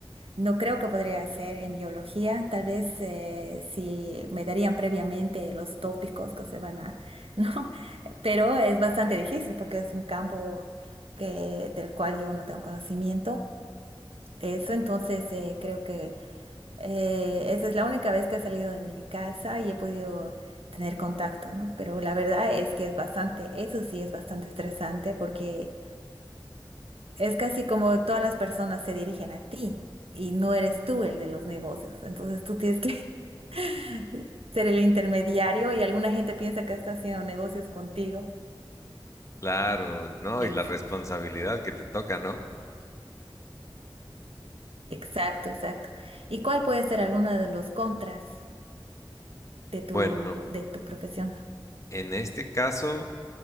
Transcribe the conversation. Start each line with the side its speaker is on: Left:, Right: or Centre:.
Right: No creo que podría ser en biología. Tal vez eh, si me darían previamente los tópicos que se van a, <laughs> ¿no? Pero es bastante difícil porque es un campo que, del cual yo no tengo conocimiento. Eso, entonces eh, creo que eh, esa es la única vez que he salido de mi casa y he podido tener contacto, ¿no? Pero la verdad es que es bastante, eso sí es bastante estresante porque es casi como todas las personas se dirigen a ti y no eres tú el de los negocios. Entonces tú tienes que <laughs> ser el intermediario y alguna gente piensa que está haciendo negocios contigo.
Left: Claro, ¿no?
Right: Eso,
Left: Y la responsabilidad que te toca, ¿no?
Right: exacto, exacto. ¿Y cuál puede ser alguno de los contras de tu,
Left: Bueno,
Right: de tu profesión?
Left: en este caso,